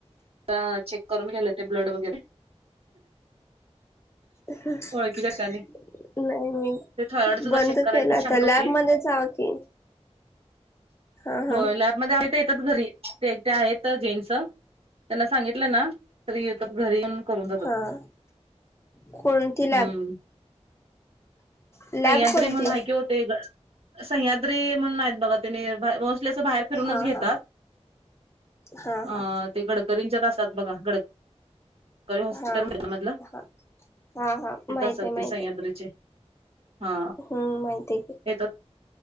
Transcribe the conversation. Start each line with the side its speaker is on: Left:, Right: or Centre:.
Right: <unintelligible> चेक करून घ्यायला येतय ब्लड वगैरे.
Left: <inaudible>
Right: ओळखीच्या ठिकाणी
Left: नाही मी
Right: ते थायरॉइड सुद्धा
Left: बंद
Right: चेक करायचं
Left: केलं,
Right: शंका
Left: तर लॅबमध्ये
Right: होती.
Left: जावा की. हा. हा
Right: हो, लॅबमध्ये आहे ते येतात घरी, ते एकटे आहेत जेंट्स. त्यांना सांगितलं ना- तरी येतात घरी येऊन करून जातात.
Left: हा. कोणती लॅब
Right: हम्म.
Left: लॅब
Right: सह्याद्री
Left: कोणती
Right: म्हणून आहे की ओ ते, सह्याद्री म्हणून आहे - त, बघा त्येनी मोस्टली असं बाहेर फिरूनच
Left: हा
Right: घेतात.
Left: हा हा
Right: अ..
Left: हा
Right: ते गडकरींच्यात असतात बघा गड <unintelligible> हॉस्पिटल
Left: हा
Right: मधलं
Left: हा हा हा
Right: तित
Left: माहित
Right: असतात
Left: आहे माहित
Right: ते सह्याद्रिचे
Left: आहे
Right: हा
Left: हम्म माहित आहे की
Right: येतात